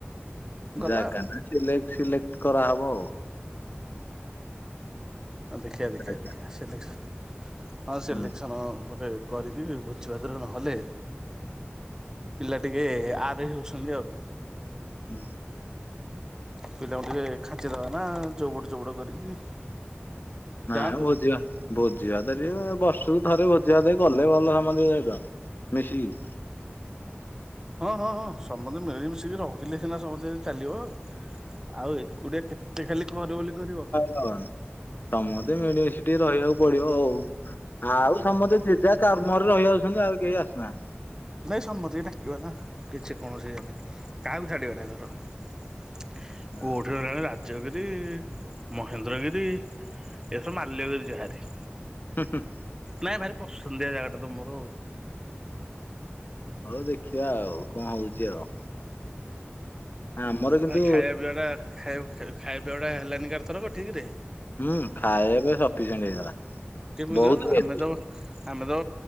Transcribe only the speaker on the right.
ଗଲା
ଆଉ
ହଁ ଦେଖିଆ ଦେଖିଆ
ଦେଖିଆ ସିଲେକ୍ସନ୍ ହଁ
ସିଲେକ୍ସନ୍ ଗୋଟେ କରିକି ଭୋଜିଭାତ ଟେ ନହେଲେ ପିଲା ଟିକେ ଆର ହଉଛନ୍ତି ଆଉ।
ପିଲାଙ୍କୁ ଟିକେ ଖାଚିଦବା ନା ଚୋବଡ ଚୋବଡ କରିକି।
ଯାଆନ୍ତୁ
ହଁ ହଁ ହଁ ସମସ୍ତେ ମିଳିମିଶିକି ରହିଲେ ସିନା ସମସ୍ତେ ଚାଲିବ। ଆଉ ଏକୁଟିଆ କେତେ ଖାଲି କର ବୋଲି କରିବ।
ନାଇଁ ସମତି କି ଡାକିବା ନା କିଛି କୌଣସି ଇଏ ନାହିଁ କାହାକୁ ଛାଡ଼ିବା ନି ଏଥର। <unintelligible>
ରାଜ୍ୟ ଗିରି ମହେନ୍ଦ୍ରଗିରି ଏସବୁ ମାଲ୍ୟଗିରି ଯାହାରି।
ନାଇଁ ଭାରି ପସନ୍ଦିଆ ଜାଗାଟା ତ ମୋର ଆଉ।
ମାନେ ଖାଇବା ପିଇବାଟା ଖାଇବା ପିବାଟା ହେଲାନି କି ଆରଥରକ ଠିକ ରେ।
କେମିତି
ମ
<unintelligible> ଆମେ ତ